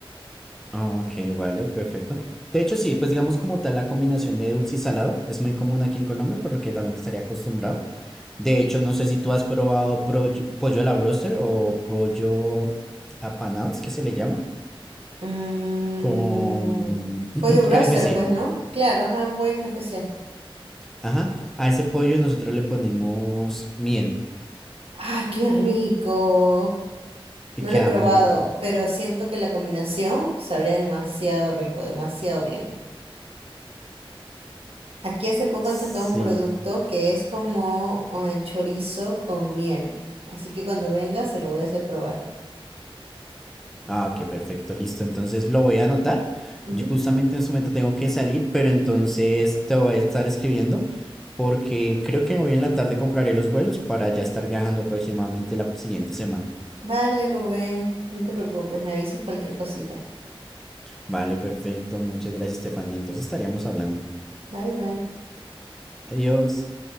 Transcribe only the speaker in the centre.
Ah, Ok, vale, perfecto. De hecho, sí, pues digamos como tal la combinación de dulce y salado es muy común aquí en Colombia, por lo que también estaría acostumbrado. De hecho, no sé si tú has probado proyo- pollo a la broster o pollo apanados, que se le llama,
con <clears throat>
KFC.
Ajá, a ese pollo nosotros le ponemos miel
y
queda
muy rico.
Sí.
Ah, ok, perfecto, listo. Entonces lo voy a anotar.
Yo justamente en su momento tengo que salir, pero entonces te voy a estar escribiendo porque creo que hoy en la tarde compraré los vuelos para ya estar viajando aproximadamente la siguiente semana.
Vale, perfecto. Muchas gracias, Estefanía. Entonces estaríamos hablando.
Adiós.